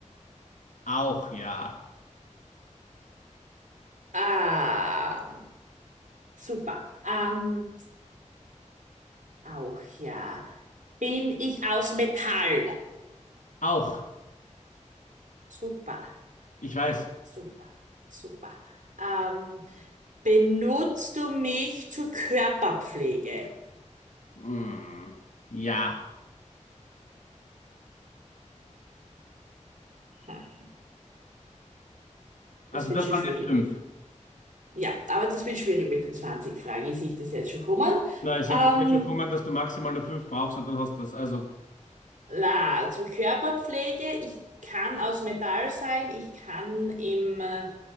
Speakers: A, on the left; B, on the right.
A: Auch ja.
B: Ähm, super. Ähm, auch ja. Bin ich aus Metall?
A: Auch,
B: Super,
A: ich weiß.
B: super, super. Ähm, benutzt du mich zur Körperpflege?
A: Hm, ja,
B: Hm,
A: also
B: Das wird
A: das
B: schon
A: waren
B: schwierig
A: jetzt fünf.
B: mit. Ja, aber das wird schwierig mit den 20 Fragen. Ich sehe das jetzt schon kommen.
A: Nein, es wird
B: Ähm,
A: jetzt schon kommen, dass du maximal nur fünf brauchst und dann hast du das. Also,
B: La, zur Körperpflege. Ich kann aus Metall sein, ich kann im, äh,